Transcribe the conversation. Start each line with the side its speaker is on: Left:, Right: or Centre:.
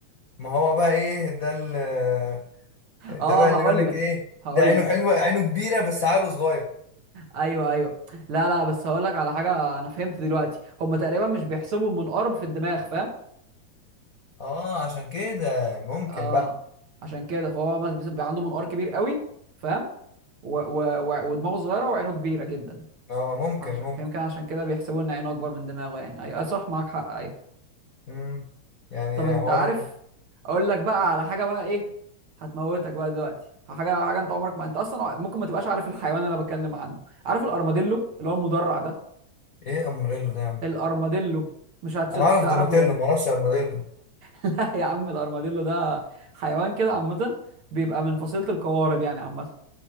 Left: ما هو بقى إيه ده ال-
Right: اه
Left: ده بقى اللي
Right: هقول
Left: يقول لك
Right: لك
Left: إيه
Right: هقول
Left: ده عينه
Right: لك
Left: حلوة عينه كبيرة بس عقله صغير
Right: ايوه ايوه لا لا بس هقول لك على حاجه انا فهمت دلوقتي هم تقريبا مش بيحسبوا المنقار في الدماغ فاهم
Left: اه عشان كده ممكن
Right: اه
Left: بقى
Right: عشان كده فهو مثلا بيبقى عنده منقار كبير قوي فاهم و... و... و... ودماغه صغيره وعينه كبيره جدا
Left: اه ممكن
Right: فعش...
Left: ممكن
Right: فيمكن عشان كده بيحسبوا ان عينه اكبر من دماغه يعني ايوه أيوة صح معاك حق ايوه
Left: مم. يعني
Right: طب انت
Left: حوار
Right: عارف اقول لك بقى على حاجه بقى ايه هتموتك بقى دلوقتي حاجه حاجه انت عمرك ما انت اصلا ممكن ما تبقاش عارف الحيوان اللي أنا بتكلم عنه عارف الارماديلو اللي هو المدرع ده
Left: ايه امريلو ده يا عم
Right: الارماديلو مش هت-
Left: انا
Right: مش
Left: اعرف
Right: هتعرفه
Left: دوناتيلو
Right: ده
Left: ما اعرفش ارماديلو
Right: <laughs> لا يا عم الارماديلو ده حيوان كده عامه بيبقى من فصيله القوارض يعني عامه